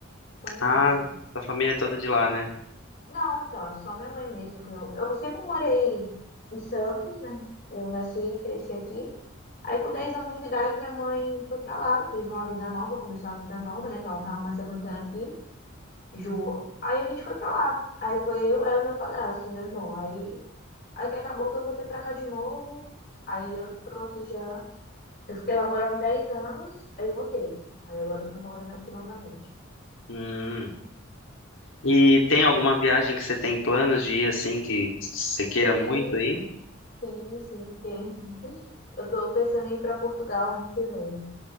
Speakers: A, on the left; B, on the left.
A: foi em
B: Ah,
A: março.
B: sua família é toda de lá, né?
A: Não, então, é só minha mãe mesmo que eu, eu sempre morei em Santos, né? Eu nasci e cresci aqui. Aí com 10 anos de idade, minha mãe foi pra lá, teve uma vida nova, começou uma vida nova, né? Que ela não tava mais aguentando aqui, enjoou. Aí a gente foi pra lá. Aí foi eu, ela e meu padrasto, e meu irmão. Aí, aí que acabou que eu voltei pra cá de novo. Aí eu tô aqui já. Eu fiquei lá morando 10 anos, aí eu voltei. Aí agora eu tô morando aqui novamente.
B: Hum. E tem alguma
A: entendeu?
B: viagem que você tem planos de ir assim que você queira
A: Sim,
B: muito aí?
A: sim, sim, tem. Eu tô pensando em ir para Portugal ano que vem.